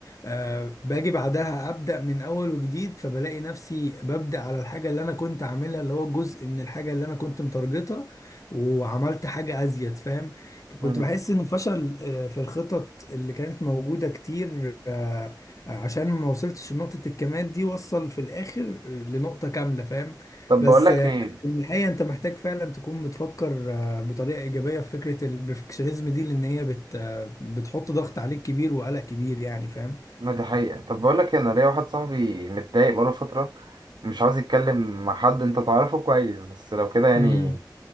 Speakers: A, on the left; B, on the right.
A: آه، باجي بعدها ابدا من اول وجديد فبلاقي نفسي ببدا على الحاجه اللي انا كنت عاملها اللي هو جزء من الحاجه اللي انا كنت متارجتها وعملت حاجه ازيد فاهم فكنت
B: مم.
A: بحس انه فشل آه، في الخطط اللي كانت موجوده كتير آه، عشان ما وصلتش لنقطه الكمال دي وصل في الاخر لنقطه كامله فاهم
B: طب
A: بس
B: بقول لك
A: في
B: ايه،
A: النهاية أنت محتاج فعلا تكون بتفكر آه، بطريقة إيجابية في فكرة البرفكشنزم دي لأن هي بت آه، بتحط ضغط عليك كبير وقلق كبير يعني فاهم؟
B: ما دي حقيقة طب بقول لك إيه، انا ليا واحد صاحبي متضايق بقاله فترة مش عاوز يتكلم مع حد انت تعرفه كويس بس لو كده يعني
A: امم